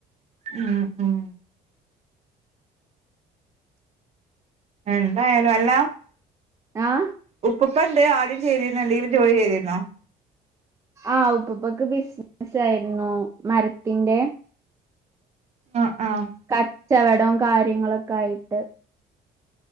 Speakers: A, on the right; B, on the right.
A: ഉം ഉം എന്തായാലും അല്ല
B: ആഹ്
A: ഉപ്പൂപ്പെന്തേ ആദ്യം ചെയ്തിന്നെ എന്തെങ്കിലും ജോലി ചെയ്തിര്ന്നോ?
B: ആഹ് ഉപ്പുപ്പക്ക് ബിസ്നസായിര്ന്നു മരത്തിന്റെ
A: ആഹ് ആഹ്
B: കച്ചവടം കാര്യങ്ങളൊക്കെ ആയിട്ട്